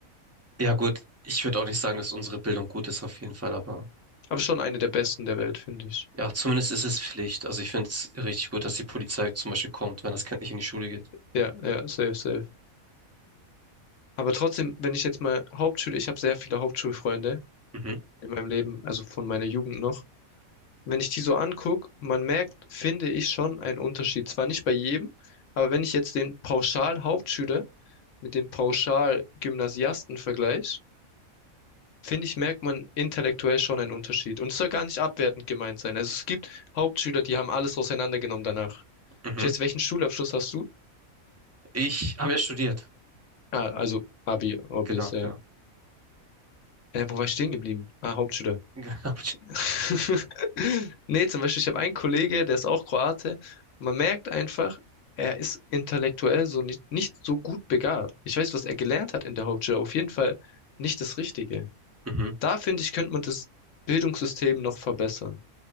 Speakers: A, on the right (about 20°); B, on the left (about 70°).
A: Ja, gut. Ich würde auch nicht sagen, dass unsere Bildung gut ist, auf jeden Fall, aber
B: Aber schon eine der besten der Welt, finde ich.
A: ja, zumindest ist es Pflicht. Also ich finde es richtig gut, dass die Polizei zum Beispiel kommt, wenn das Kind nicht in die Schule geht.
B: Ja, ja, safe, safe. Aber trotzdem, wenn ich jetzt mal Hauptschule, ich habe sehr viele Hauptschulfreunde
A: Mhm,
B: in meinem Leben, also von meiner Jugend noch. Wenn ich die so angucke, man merkt, finde ich schon einen Unterschied. Zwar nicht bei jedem, aber wenn ich jetzt den Pauschal-Hauptschüler mit dem Pauschal-Gymnasiasten vergleiche, finde ich, merkt man intellektuell schon einen Unterschied. Und es soll gar nicht abwertend gemeint sein. Also es gibt Hauptschüler, die haben alles auseinandergenommen danach.
A: mhm.
B: Ich weiß, welchen Schulabschluss hast du?
A: Ich habe ja studiert.
B: Ah, also Abi, obvious,
A: Genau,
B: ja.
A: genau.
B: Äh, wo war ich stehen geblieben? Ah, Hauptschüler.
A: <laughs> Genau.
B: <laughs> Nee, zum Beispiel, ich habe einen Kollege, der ist auch Kroate. Man merkt einfach, er ist intellektuell so nicht, nicht so gut begabt. Ich weiß, was er gelernt hat in der Hauptschule, auf jeden Fall nicht das Richtige.
A: Mhm.
B: Da finde ich, könnte man das Bildungssystem noch verbessern,